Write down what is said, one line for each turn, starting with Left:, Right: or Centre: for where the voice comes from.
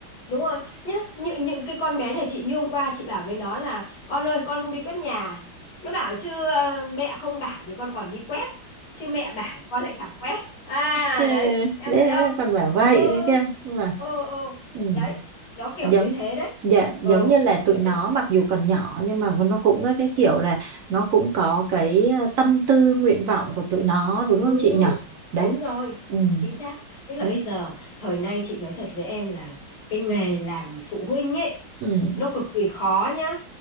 Left: đúng rồi nhá những những cái con bé nhà chị như hôm qua chị bảo với nó là con ơi con không đi quét nhà nó bảo chứ ờ, mẹ không bảo thì con còn đi quét chứ mẹ bảo con lại chẳng quét à
Right: Ừ,
Left: đấy em
Right: đấy
Left: thấy
Right: đấy
Left: không
Right: còn bảo vậy
Left: ừ
Right: đấy
Left: ừ
Right: kia mà
Left: ừ ừ
Right: ừ,
Left: đấy nó kiểu
Right: giống
Left: như thế đấy
Right: dạ,
Left: ừ
Right: giống như là tụi
Left: thế,
Right: nó mặc dù còn nhỏ nhưng mà nó cũng có cái kiểu là nó cũng có cái ờ, tâm tư nguyện vọng của tụi nó đúng
Left: ừ
Right: không chị nhỉ đấy
Left: đúng rồi
Right: ừ,
Left: chính xác tức là
Right: đấy
Left: bây giờ thời nay chị nói thật với em là cái nghề làm phụ huynh ấy
Right: ừ,
Left: nó cực kỳ khó nhá